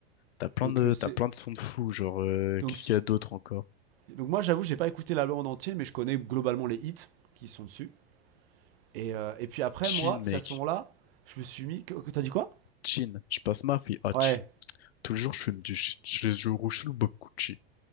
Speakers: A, on the left (about 80°); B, on the right (about 65°).
A: t'as plein
B: Donc,
A: de,
B: euh, c'est,
A: t'as plein de sons de fou. Genre, euh,
B: donc,
A: qu'est-ce
B: si-
A: qu'il y a d'autre encore?
B: donc moi, j'avoue, j'ai pas écouté l'album en entier, mais je connais globalement les hits qui sont dessus. Et, euh, et puis après,
A: Chin,
B: moi,
A: mec.
B: c'est à ce moment-là, je me suis mis. que- que- T'as dit quoi
A: Chin. Je passe ma vie à
B: Ouais,
A: Chin. Tout le jour, je fume du shit. je les yeux rouges sous le Bob Gucci.